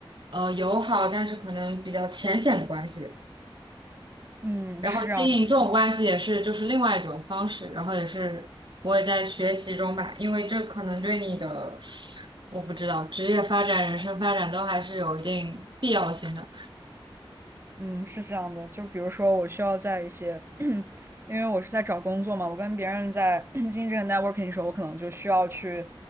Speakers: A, on the right; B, on the right.
A: 呃友好，但是可能比较浅显的关系。
B: 嗯，
A: 然后经营这种关系也是就是另外一种方式，
B: 是这样的，
A: 然后也是我也在学习中吧，因为这可能对你的我不知道职业发展、人生发展都还是有一定必要性的。
B: 嗯，是这样的。就比如说，我需要在一些，<clears throat> 因为我是在找工作嘛，我跟别人在 <clears throat> 进行这个 networking 的时候，我可能就需要去